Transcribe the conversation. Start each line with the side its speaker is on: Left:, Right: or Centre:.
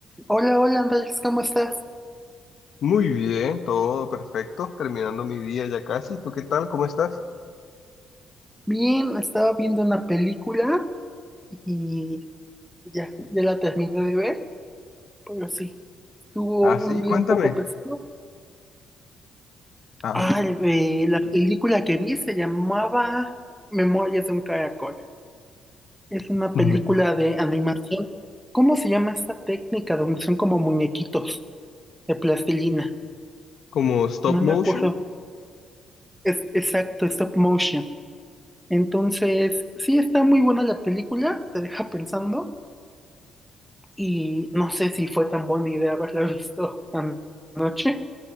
Centre: Hola, hola Andrés, ¿cómo estás?
Left: Muy bien, todo perfecto. Terminando mi día ya casi. ¿Tú qué tal? ¿Cómo estás?
Centre: Bien, estaba viendo una película y ya, ya la terminé de ver, pero sí, tuvo
Left: Ah,
Centre: un
Left: sí,
Centre: día
Left: cuéntame.
Centre: un poco pesado.
Left: A ver.
Centre: Ah, eh, la película que vi se llamaba Memorias de un Caracol. Es una
Left: <laughs>
Centre: película de animación. ¿Cómo se llama esta técnica donde son como muñequitos de plastilina?
Left: Como stop
Centre: No
Left: motion,
Centre: me acuerdo. Es exacto, stop motion. Entonces, sí está muy buena la película, te deja pensando. Y no sé si fue tan buena idea haberla visto tan noche